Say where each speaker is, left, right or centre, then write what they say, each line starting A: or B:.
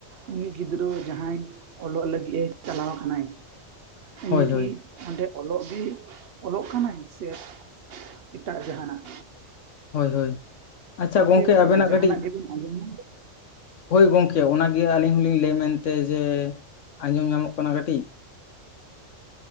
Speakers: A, on the right (about 60°); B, on the left (about 70°).
A: ᱩᱱᱤ ᱜᱤᱫᱽᱨᱟᱹ ᱡᱟᱦᱟᱸᱭ ᱚᱞᱚᱜ ᱞᱟᱜᱤᱜ-ᱮ ᱪᱟᱞᱟᱣ ᱟᱠᱟᱱᱟᱭ, ᱩᱱᱤ
B: ᱦᱳᱭ ᱦᱳᱭ
A: ᱠᱤ ᱚᱸᱰᱮ ᱚᱞᱚᱜ ᱜᱤ ᱚᱞᱚᱜ ᱠᱟᱱᱟᱭ ᱥᱮ ᱮᱴᱟᱜ ᱡᱟᱦᱟᱱᱟᱜ᱾
B: ᱦᱳᱭ ᱦᱳᱭ, ᱟᱪᱪᱷᱟ
A: ᱜᱚᱢᱠᱮ
B: ᱜᱚᱝᱠᱮ ᱟᱵᱮᱱᱟᱜ
A: ᱡᱟᱦᱟᱱᱟᱜ
B: ᱠᱟᱹᱴᱤᱡ
A: ᱜᱮᱵᱤᱱ ᱟᱸᱡᱚᱢ ᱧᱟᱢ ᱫᱟᱢ?
B: ᱦᱳᱭ ᱜᱚᱝᱠᱮ ᱚᱱᱟ ᱜᱮ ᱟᱞᱤᱧ ᱦᱚᱸᱞᱤᱧ ᱞᱟᱹᱭ ᱢᱮᱱᱛᱮ ᱡᱮ ᱟᱸᱡᱚᱢ ᱧᱟᱢᱚᱜ ᱠᱟᱱᱟ ᱠᱟᱴᱤᱡ᱾